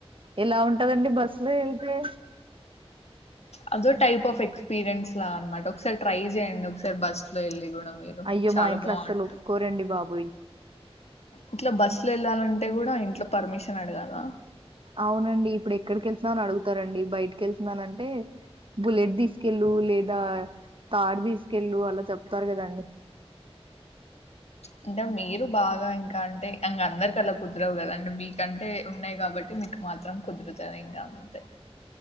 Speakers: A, on the right (about 55°); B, on the left (about 85°).
A: ఎలా ఉంటదండి బస్లో వెళ్తే
B: అదో టైప్ ఆఫ్ ఎక్స్పీరియన్స్లా అన్నమాట ఒకసారి ట్రై చేయండి ఒకసారి బస్ లో వెళ్ళి కూడా మీరు
A: అయ్యో
B: చాలా
A: మా ఇంట్లో
B: బాగుంటాది
A: అస్సలు ఒప్పుకోరండి బాబోయ్
B: ఇట్లా బస్సు లో వెళ్ళాలంటే కూడా ఇంట్లో పర్మిషన్ అడగాలా
A: అవునండి ఇప్పుడు ఎక్కడికెళ్తున్నా అని అడుగుతారండి బయటకి వెళ్తున్నాను అంటే బుల్లెట్ తీసుకెళ్ళు లేదా తార్ తీసుకెళ్ళు అలా చెప్తారు కదండి
B: అంటే మీరు బాగా ఇంకా అంటే అందరికలా కుదరవు కదాండి మీకంటే ఉన్నాయి కాబట్టి కాబట్టి మీకు మాత్రం కుదురుతనంగా ఉంతే